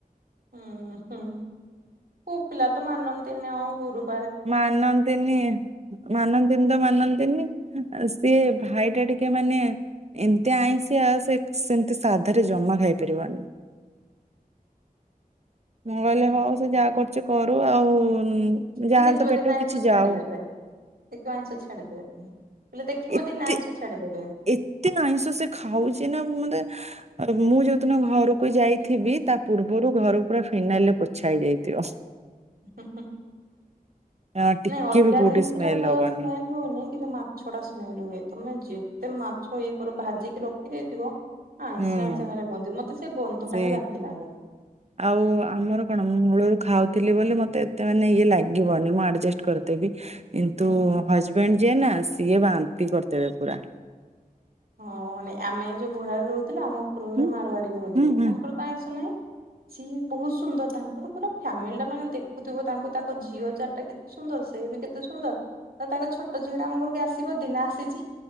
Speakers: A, on the right; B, on the right.
A: ହୁଁ ହୁଁ କୁ ପିଲା ତ ମାନନ୍ତିନ ଆଉ ଗୁରୁ
B: ମାନନ୍ତିନି ମାନନ୍ତିନି ତ ମାନନ୍ତିନି ସିଏ ଭାଇ ଟା ଟିକେ ମାନେ ଏମତି ଆଇଁସିଆ ସେ ସେମତି ସାଧାରେ ଜମା ଖାଇପାରିବନି। ମୁଁ କହିଲେ ହଉ ସେ ଯାହା କରୁଛି କରୁ ଆଉ ଉଁ। ଯାହେଲେ
A: ସେ ଦେଖିବ
B: ତ ପେଟ
A: ଦିନେ
B: କୁ
A: ଆଇଁଷ
B: କିଛି
A: ଛାଡିଦେବେ
B: ଯାାଉ।
A: ଦେଖିବ ଆଇଁଷ ଛାଡିଦେବେ ବୋଇଲେ ଦେଖିବ
B: ଏତେ
A: ଦିିନ ଆଇଁଷ ଛାଡିଦେବେ।
B: ଏତେ ଆଇଁଷ ସେ ଖାଉଛି ନା ମାନେ ମୁଁ ଯୋଉଦିନ ଘରକୁ ଯାଇଥିବି ତାକୁ ପୂର୍ବରୁ ଘରକୁ ପୁରା ଫିନାଇଲରେ ପୋଛା ହେଇଯାଇଥିବ।
A: ହୁଁ ହୁଁ।
B: <inaudible>
A: ନାଇଁ ଅଲଗା
B: ବି କୋଉଠି
A: ଜିନିଷଟାତ
B: ସ୍ମେଲ ହବନି
A: ସ୍ମେଲ ହୁଏନି କିନ୍ତୁ ମାଛ ଟା ସ୍ମେଲ ହୁଏ ତମେ ଯେତେ ମା ଛ ଇଏ କର ଭାଜିକି ରଖିଦେଇଥିବ। ଆଁଇଁଷିଆ
B: ହୁଁ
A: ଆଁଇଁଷିଆ ଖାଲି ଗନ୍ଧୁ ମତେ ସେ ଗନ୍ଧଟା
B: ସେ
A: ହିଁ ବାନ୍ତି ଲାଗେ।
B: ଆଉ ଆମର କଣ ମୁଳରୁ ଖାଉଥିଲେ ବୋଲେ ମତେ ଏତେ ମାନେ ଇଏ ଲାଗିବନି ମୁଁ ଆଡଯେଷ୍ଟ୍ କରିଦେବି। କିନ୍ତୁ
A: ହୁଁ।
B: ହଜବେଣ୍ଡ ଯିଏ ନା ସିଏ ବାନ୍ତି କରିଦେବେ ପୁରା।
A: ହଁ ନାଇ ଆମେ ଯୋଉ ଭଡ଼ାରେ ରହୁଥିଲେୁ ଆମ ଉପରରେ
B: ହୁଁ
A: ମାରୱାଡି ରହୁଥିଲେ
B: ହୁଁ ହୁଁ
A: ତାଙ୍କର ତ ଆଁଇଁଷ ନାଇଁ।
B: <inaudible>
A: ସିଏ ବହୁତ ସୁନ୍ଦର ତାଙ୍କର ପୁରା ଫ୍ୟାମିଲି ଟା ମାନେ ଦେଖୁଥିବ ତାଙ୍କୁ ତାଙ୍କ ଝିଅ ଚାରଟା କେତେ ସୁନ୍ଦର ସେ ସେ ବି କେତେ ସୁନ୍ଦର ଆଉ ତାଙ୍କ ଛୋଟ ଝିଅଟା ଆମ ଘରକୁ ଆସିବ ଦିନେ ଆସିଚି